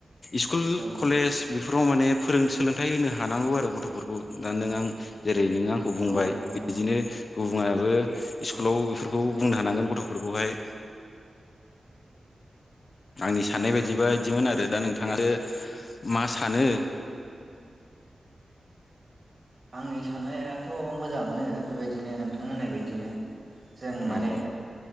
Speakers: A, on the left; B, on the right.
A: स्कुल
B: औ
A: कलेज बेफोराव माने फोरों सोलोंथाइ होनो हानांगौ आरो गथ'फोरखौ दा नों आं जेन ओरै नोङो आंखौ बुंबाय
B: औ हानांगौ
A: बिदिनो गुबुङाबो स्कुलाव
B: औ
A: बेफोरखौ बुंनो हानांगोन गथ'फोरखौहाय आंनि साननाय बायदिबा
B: औ
A: बिदिमोन आरो। आरो दा नोंथाङासो मा सानो?
B: आंनि साननायाथ' मोजाङानो बेबायदिनो नोंथां होननाय बायदिनो। जों
A: औ
B: माने